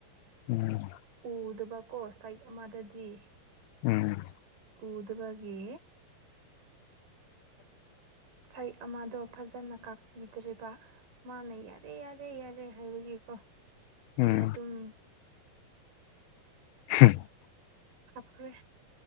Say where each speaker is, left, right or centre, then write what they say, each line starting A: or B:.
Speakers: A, on the left; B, on the right.
A: ꯎꯝ
B: ꯎꯗꯕꯀꯣ ꯁꯥꯏꯠ ꯑꯃꯗꯗꯤ
A: ꯎꯝ
B: ꯎꯗꯕꯒꯤ
A: <unintelligible>
B: ꯁꯛꯏ ꯑꯃꯗꯣ ꯐꯖꯅ ꯀꯥꯛꯄꯤꯗ꯭ꯔꯤꯕ ꯃꯥꯅ ꯌꯥꯔꯦ ꯌꯥꯔꯦ ꯌꯥꯔꯦ ꯍꯥꯏꯕꯒꯤꯀꯣ ꯑꯩꯅ
A: ꯎꯝ
B: ꯑꯗꯨꯝ
A: ꯍꯝ
B: ꯍꯥꯞꯈ꯭ꯔꯦ